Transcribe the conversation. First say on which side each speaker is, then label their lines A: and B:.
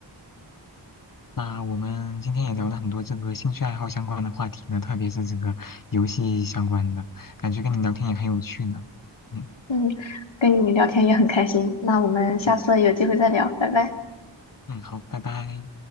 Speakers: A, on the left; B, on the left.
A: 那我们今天也聊了很多这个兴趣爱好相关的话题呢，特别是这个游戏相关的，感觉跟你聊天也很有趣呢。嗯
B: 嗯，跟你聊天也很开心，那我们下次有机会再聊，
A: 嗯
B: 拜拜。
A: 嗯，好，拜拜。